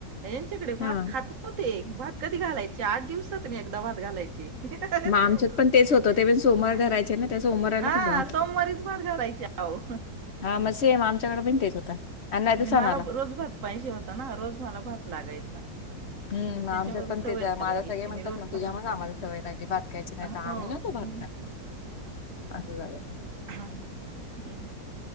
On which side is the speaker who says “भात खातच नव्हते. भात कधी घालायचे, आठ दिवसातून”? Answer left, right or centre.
Right